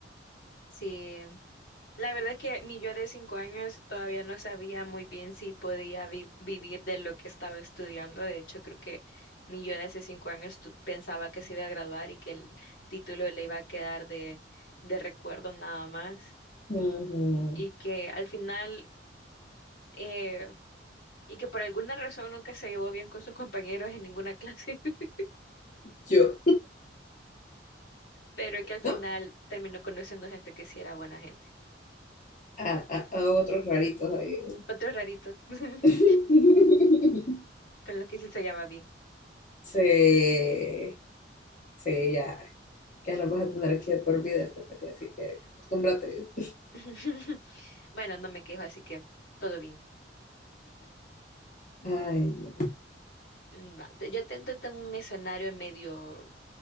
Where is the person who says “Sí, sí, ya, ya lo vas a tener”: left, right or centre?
Left